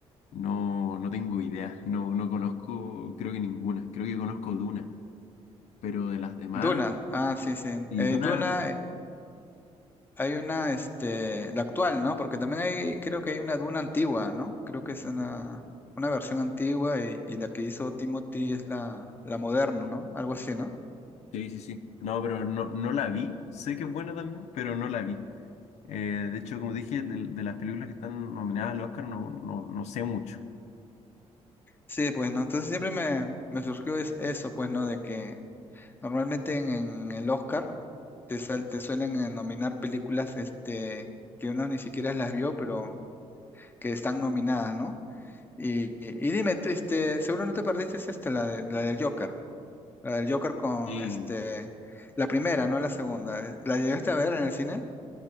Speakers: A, on the left; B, on the left.
A: no, no tengo idea, no, no conozco, creo que ninguna, creo que conozco Duna, pero de las demás,
B: Duna, ah, sí, sí.
A: y
B: Eh,
A: Duna,
B: Duna Hay una, este, la actual, ¿no? Porque también hay, creo que hay una duna antigua, ¿no? Creo que es una, una versión antigua y, y la que hizo Timothy es la, la moderna, ¿no? Algo así, ¿no?
A: sí, sí, sí, no, pero no, no la vi, sé que es buena también, pero no la vi. Eh, de hecho, como dije, de, de las películas que están nominadas al Oscar no, no, no sé mucho.
B: Sí, pues, ¿no? Entonces siempre me, me surgió es eso, pues, ¿no? De que normalmente en, en el Oscar te, sal- te suelen eh, nominar películas, este, que uno ni siquiera las vio, pero que están nominadas, ¿no? Y, y- y dime, tú, este, seguro no te perdiste es esta, la, de, la del Joker. La del Joker con
A: Sí,
B: este. La primera, no la segunda. ¿La llegaste a ver en el cine?